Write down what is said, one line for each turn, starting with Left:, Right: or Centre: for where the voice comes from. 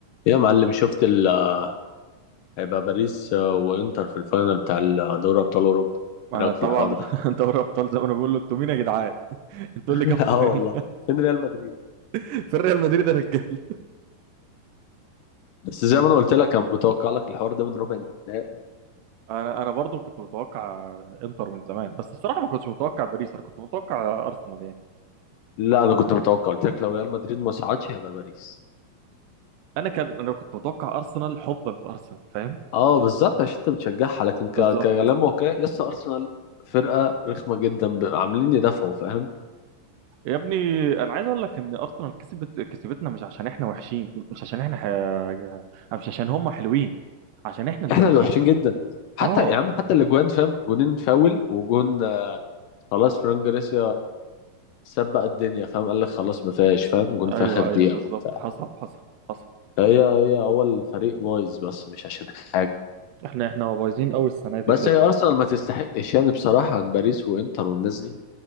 Left: يا معلم شفت ال آه، هيبقى باريس آه، وانتر في الفاينل بتاع دوري ابطال اوروبا
Right: ما
Left: ايه رايك
Right: طبعا
Left: في الحوار ده
Right: <laughs> دوري ابطال زي ما انا بقول له انتوا مين يا جدعان؟ انتوا إيه
Left: <laughs>
Right: اللي جابكم
Left: اه
Right: هنا
Left: والله فين ريال مدريد
Right: <laughs> في ريال مدريد يا رجاله
Left: بس زي ما انا قلت لك انا متوقع لك الحوار ده من ربع النهائي
Right: انا انا برضو كنت متوقع انتر من زمان بس الصراحه ما كنتش متوقع باريس انا كنت متوقع ارسنال يعني
Left: لا انا كنت متوقع قلت لك لو ريال مدريد ما صعدش هيبقى باريس
Right: انا كان انا كنت متوقع ارسنال حبا في ارسنال فاهم؟
Left: اه بالظبط عشان انت بتشجعها لكن ك...
Right: بالظبط
Left: كلام واقعي يس ارسنال فرقه رخمه جدا ب... عاملين يدافعوا فاهم
Right: يا ابني انا عايز اقول لك ان ارسنال كسبت كسبتنا مش عشان احنا وحشين مش عشان احنا ح... مش عشان هم حلوين عشان احنا اللي
Left: احنا
Right: وحشين
Left: اللي وحشين جدا حتى
Right: اه
Left: يا عم حتى الاجوان فاهم جونين فاول وجون آه، خلاص فران جاريس سبق الدنيا فاهم قال لك خلاص ما فيهاش فاهم جون في
Right: ايوه
Left: اخر دقيقه
Right: ايوه بالظبط
Left: وبتاع
Right: حصل حصل حصل
Left: هي هي هو الفريق بايظ بس مش عشان حاجه
Right: احنا احنا بايظين قوي السنه دي
Left: بس
Right: بجد
Left: هي ارسنال ما تستحقش يعني بصراحه عن باريس وانتر والناس دي